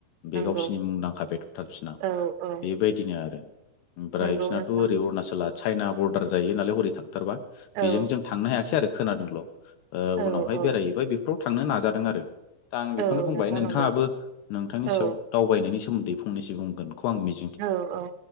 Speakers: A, on the right; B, on the left.
A: नंगौ
B: बे गावसिोरनि मुंदांखा बेथरथाल बिसोना।
A: औ औ
B: बेबायदिनो आरो ओमफ्राय
A: नंगौ
B: बिसोरनाथ'
A: नोंथां
B: ओरै अरुणाचला चाइना बरडार जायो नालाय हरै थांथारबा बेजों
A: औ
B: जों थांनो हायाखासै आरो खोनादोंल'
A: औ
B: उनावहाय
A: औ
B: बेरायहैबाय बे फाव थांनो नाजादों आरो दा आं बेखौनो
A: औ
B: बुंबाय
A: नोंथां
B: नोंथाङाबो
A: नंगौ
B: नोंथांनि
A: औ
B: सायाव दावबायनायनि सोमोन्दै फंनसो बुंगोनखौ आं मिजिं
A: औ औ